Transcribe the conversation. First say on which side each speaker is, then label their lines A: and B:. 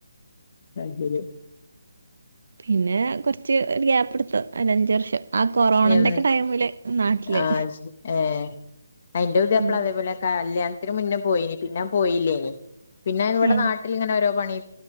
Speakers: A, on the left; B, on the right.
A: അതെരു
B: പിന്നെ കൊറച്ച് ഒരു ഗ്യാപ്പ് എടുത്തു. അതിനഞ്ച വർഷം ആ കൊറോണന്റെ
A: ഉം
B: ഒക്കെ ടൈമില് നാട്ടില്
A: ആഹ് ഏഹ് അയിന്റെ ഉദയപ്പള്യ
B: അങ്ങനെ
A: അതേപോലെ കല് ഇതിനു മുന്നേ പോയിനി പിന്നെ പോയില്ലേനി. പിന്നെ ഇവിടെ
B: ആഹ്
A: നാട്ടിലിങ്ങനെഓരോ പണി